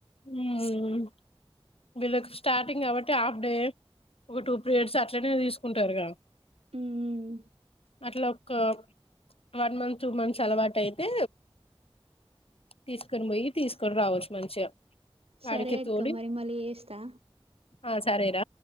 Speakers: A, on the left; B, on the right.
A: హ్మ్ వీళ్ళకి స్టార్టింగ్ కాబట్టి హాఫ్ డే ఒక టూ పీరియడ్స్ అట్లనే తీసుకుంటారు గా
B: మ్మ్
A: అట్లా ఒక వన్ మంత్ టూ మంత్స్ అలవాటు అయితే తీసుకొని పోయి తీసుకొని రావచ్చు మంచిగా
B: సరే
A: ఆడికి
B: అక్క
A: తోలి
B: మరి మళ్ళీ చేస్తా
A: ఆ సరేరా